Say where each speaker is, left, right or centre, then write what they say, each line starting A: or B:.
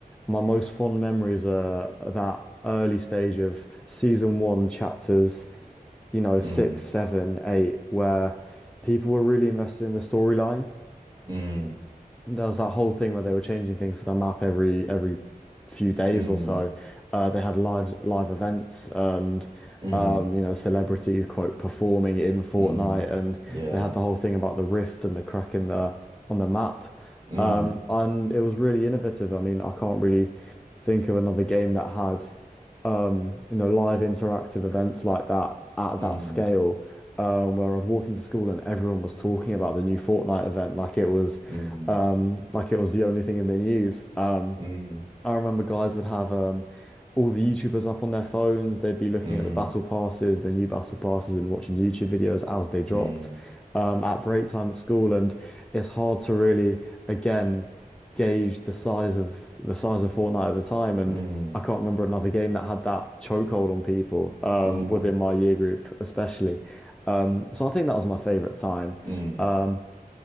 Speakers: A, in the centre; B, on the right.
A: my most fond memories are that early stage of season one, chapters, you know, six,
B: Mm.
A: seven, eight, where people were really invested in the storyline.
B: Mm.
A: And there was that whole thing where they were changing things to the map every every few days
B: Mm.
A: or so. Uh, they had live live events and
B: Mm.
A: um, you know celebrities quote performing in Fortnite,
B: Mm.
A: and
B: Yeah.
A: they had the whole thing about the rift and the crack in the on the map.
B: Mm.
A: Um, and it was really innovative. I mean, I can't really think of another game that had um, you know, live interactive events like that at
B: Mm.
A: that scale, um, where I'd walk into school and everyone was talking about the new Fortnite event, like it was,
B: Mm.
A: um, like it was the only thing in the news. Um,
B: Mm.
A: I remember guys would have um all the YouTubers up on their phones. They'd be looking
B: Mm.
A: at the battle passes, the new battle passes, and watching YouTube videos as they dropped
B: Mm.
A: um, at break time at school. And it's hard to really, again, gauge the size of the size of Fortnite at the time. And
B: Mm.
A: I can't remember another game that had that chokehold on people um,
B: Mm.
A: within my year group, especially. Um, so I think that was my favorite time.
B: Mm.
A: Um,